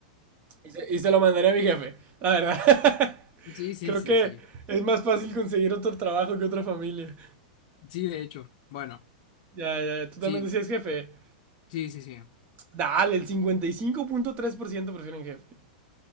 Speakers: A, on the right (about 35°); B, on the left (about 55°).
A: Y se, y se lo mandaría a mi jefe, la verdad. <laughs>
B: Sí, sí,
A: Creo
B: sí,
A: que
B: sí.
A: es más fácil conseguir otro trabajo que otra familia.
B: Sí, de hecho. Bueno,
A: Ya, ya, ya. Tú también
B: sí,
A: decías jefe.
B: sí, sí, sí.
A: Dale, el cincuenta y cinco punto tres por ciento prefieren jefe.